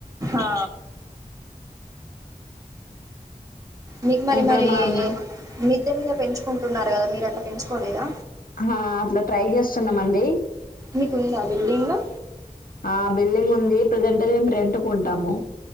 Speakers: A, on the right; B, on the left.
A: ఆ మీకు మరి
B: ఇప్పుడు
A: మరి
B: మనం
A: మిద్దె మీద పెంచుకుంటున్నారు కదా మీరు అట్లా పెంచుకోలేదా
B: ఆ అట్లా ట్రై చేస్తున్నం అండి
A: మీకుందా బిల్డింగ్
B: ఆ బిల్డింగ్ ఉంది ప్రజెంట్ అయితే మేము రెంట్ కీ ఉంటాము